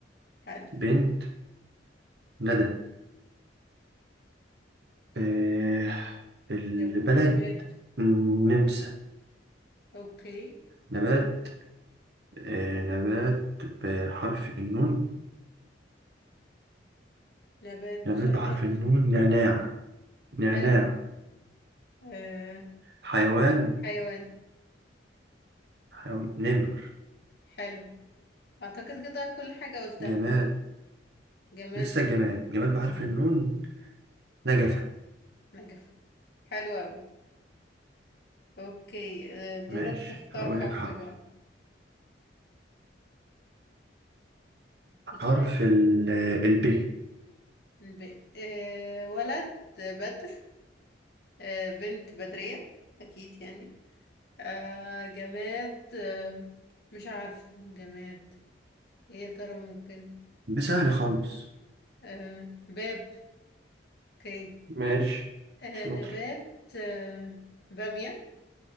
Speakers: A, on the left; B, on the right.
A: حلو
B: بنت ندى آه البلد
A: نب- نبات
B: نمسا
A: أوكي
B: نبات آه نبات بحرف النون
A: نبات
B: نبات
A: بسرعة
B: بحرف
A: أفكر
B: النون نعناع
A: بس
B: نعناع
A: حلو آه.
B: حيوان
A: حيوان
B: حيوان نمر
A: حلو أعتقد كده كل حاجة قلتها
B: جماد
A: جماد
B: لسه الجماد جماد بحرف
A: آه.
B: النون نجفة
A: نجف حلو أوي أوكي آه. دورك
B: ماشي
A: تختار
B: هقول
A: حرف
B: لك حرف
A: بقى بسرعة
B: حرف
A: بس-
B: ال ب
A: ب... آه. ولد بدر آه. بنت بدرية أكيد يعني آه. جماد آه. مش عارفة جماد إيه يا ترى ممكن
B: ده سهل خالص
A: آه. باب أوكي
B: ماشي
A: آه.
B: شاطر
A: نبات آه. بامية